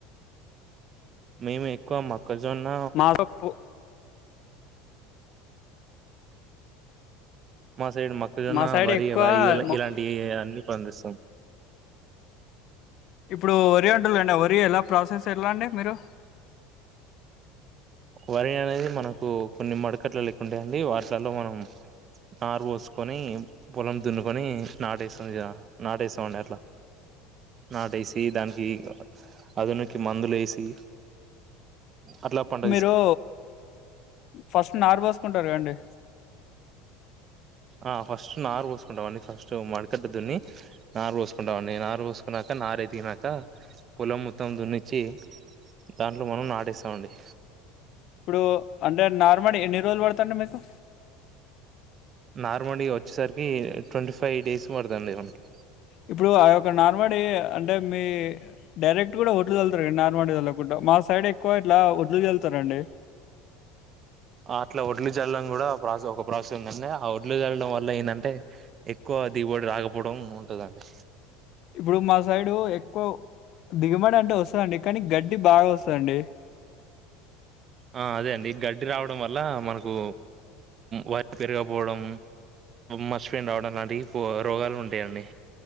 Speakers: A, on the right; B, on the left.
A: మేము ఎక్కువ మొత్తం మొక్కజొన్న
B: మా తప్పు
A: మా సైడ్ మొక్కజొన్న
B: మా సైడ్
A: వరి
B: ఎక్కువ మొ-
A: ఇలాంటి అన్ని పండిస్తాం
B: ఇప్పుడు వరి అంటురు గదండి ఆ వరి ఎలా ప్రాసెస్ ఎట్లా అండి మీరు
A: వరి అనేది మనకు కొన్ని మడుకట్ల లెక్క ఉంటాయండి వాటిలల్లో మనం నారు పోసుకొని పొలం దున్నుకొని నాటేస్తాం నాటేస్తాం అండి అట్లా నాటేసి దానికి అదునికి మందు లేసి అట్లా పండ
B: రు ఫస్ట్ నారు పోసుకుంటారు కద్దండి
A: ఆ ఫస్ట్ నారు పోసుకుంటామండి ఫస్ట్ మడికట్టు దున్ని నారు పోసుకుంటామండి నారు పోసుకున్నాక నారు ఎదిగినాక పొలం మొత్తం దున్నిచ్చి దాంట్లో మనం నాటేస్తామండి
B: ఇప్పుడు అంటే నార్మల్ ఎన్ని రోజులు పడుతదండి మీకు
A: నరుమూడి వచ్చేసరికి ట్వంటీ ఫైవ్ డేస్ పడతదండి మనకి
B: ఇప్పుడు ఆ యొక్క నార్మడీ అంటే మీ డైరెక్ట్ కూడ వడ్లు చల్లుతరండి నార్మడీ చల్లకుండా మా సైడ్ ఎక్కువ ఇట్లా వడ్లు చల్లుతరండి
A: అట్లా వడ్లు చల్లడం కూడా ఒక ప్రాసెస్ ఉందండి ఆ వడ్లు చల్లడం వల్ల ఏదంటే ఎక్కువ దిగుబడి రాకపోవడం ఉంటదండి
B: ఇప్పుడు మా సైడు ఎక్కువ దిగుబడి అంటే వస్తదండి కానీ గడ్డి బాగా వస్తదండి
A: ఆ అదే అండి గడ్డి రావడం వల్ల మనకు వరి పెరగకపోవడం మచ్చ పెన్ రావడం లాంటివి రోగాలు ఉంటాయండి